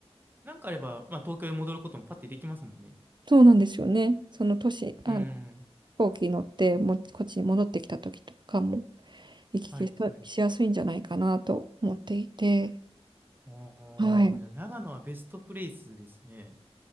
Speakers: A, on the right (about 20°); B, on the right (about 45°).
A: なんかあれば、まあ、東京へ戻ることもパッてできますもんね。
B: そうなんですよね。その年、あの、
A: うん、
B: 飛行機乗っても、こっちに戻ってきた時とかも、行き来ししやすいんじゃないかなと思っていて、
A: はい、はい。おー、
B: はい。
A: じゃあ長野はベストプレイスですね。